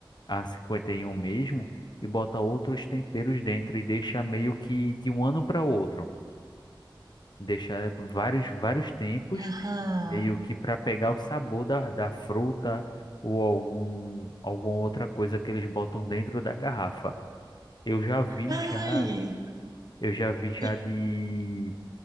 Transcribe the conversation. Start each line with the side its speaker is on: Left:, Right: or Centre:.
Left: a 51 mesmo e bota outros temperos dentro e deixa meio que de um ano para outro. Deixa vários, vários tempos
Right: aham.
Left: meio que para pegar o sabor da, da fruta ou algum, alguma outra coisa que eles botam dentro da garrafa. Eu já vi
Right: Ai,
Left: já, eu já vi já
Right: e,
Left: de